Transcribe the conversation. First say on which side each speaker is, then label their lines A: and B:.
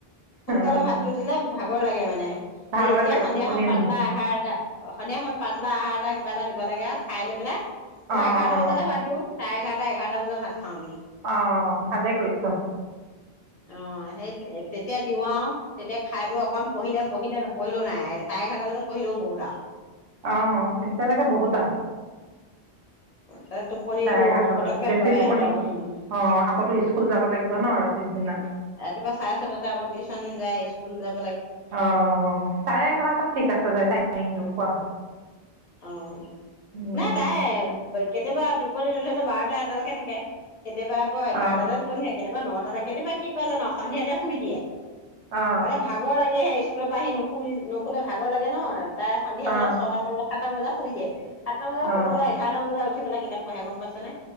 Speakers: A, on the left; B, on the right.
A: সোনকালে
B: অঁ
A: ভাতটো দিলে ভাগৰ লাগে মানে
B: ভাগৰ
A: এ এতিয়া
B: লাগে
A: সন্ধিয়া
B: টোপনি
A: সময় পাতলা
B: ধৰে
A: আহাৰ এটা সন্ধিয়া সময় পাতলা আহাৰ এটা কিবা এটা দিব লাগে আও খাই লৈ পেলাই মই
B: অঁ
A: এঘাৰটা
B: অঁ
A: বজাতে ভাত দিও চাৰে এঘাৰ সদায় এঘাৰটা বজাত ভাত খাওঁ আমি
B: অঁ ভালেই কৰিছ
A: আহ সেই তেতিয়া দিওঁ আও তেতিয়া খাই বই অকমান পঢ়িলে পঢ়িলে নপ পঢ়িলেও নাই চাৰে এঘাৰটালৈকে পঢ়িলেও বহুত আও
B: অ তেতিয়ালৈকে বহুত আও
A: তাতে টোপনিটো
B: এঘাৰটালৈ
A: পতককে
B: বেছি
A: হয়
B: টোপনি
A: সহতৰ উম
B: অঁ আকৌতো স্কুল যাব লাগিব ন পিছদিনা
A: ৰাতিপুৱা চাই আছো তাতে আকৌ টিউশচন যায় কুললদ
B: অ চাৰে এঘাৰটাত ঠিক আছে দে টাইিংটো কোৱা
A: অ
B: উ
A: নাই তাই কেতিয়াবা টোপনি নধৰিলেও বাৰটা এটালৈকে থাকে কেতিয়াবা আকৌ এঘাৰটাতেটোপন্ধে
B: অ
A: কেতিয়াবা ন ততে কেতিয়াবা কি কয় জানো সন্ধিয়াতে শুই দিয়ে
B: অ
A: মানে ভাগৰ লাগেহে স্কুল পা আহি নুখু নুখুলে ভাগৰ লাগে ন তাই সন্ধিয়াতে
B: অ
A: ছয়টামান সাতটাম বজাত শুই দিয়ে সাতটান মান বজাত
B: অ
A: শুই পেলাই আহছে এঘাৰটা বজাত সেইফালে কিতাপ পঢ়াঁই গম পাইছনে।